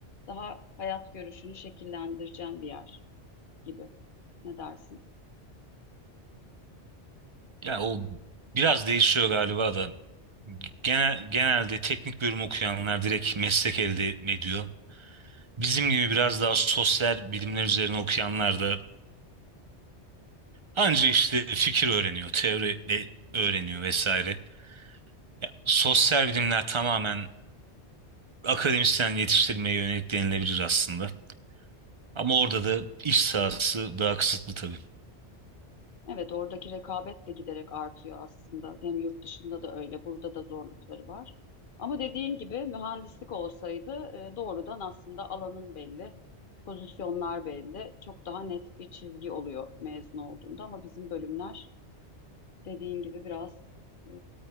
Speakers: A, on the left; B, on the right.
A: daha hayat görüşünü şekillendireceğin bir yer gibi. Ne dersin?
B: Ya o biraz değişiyor galiba da. Genel, genelde teknik bölüm okuyanlar direkt meslek elde ediyor. Bizim gibi biraz daha sosyal bilimler üzerine okuyanlar da anca işte fikir öğreniyor, teori de öğreniyor vesaire. Ya, sosyal bilimler tamamen akademisyen yetiştirmeye yönelik denilebilir aslında. Ama orada da iş sahası daha kısıtlı tabii.
A: Evet, oradaki rekabet de giderek artıyor aslında. Hem yurt dışında da öyle, burada da zorlukları var. Ama dediğin gibi mühendislik olsaydı e, doğrudan aslında alanın belli, pozisyonlar belli, çok daha net bir çizgi oluyor mezun olduğunda. Ama bizim bölümler dediğin gibi biraz e,